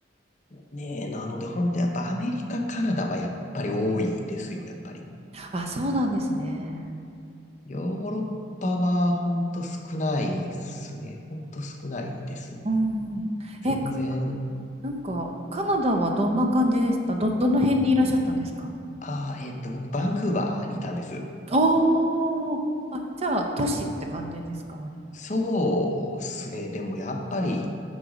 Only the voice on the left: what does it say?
ねえ、なので本当やっぱアメリカ、カナダはやっぱり多いですよ、やっぱり。
ヨーロッパは本当少ないっすね。本当少ないです。
全然。
ああ、えっと、僕、バンクーバーにいたんです。
そうっすね。でもやっぱり、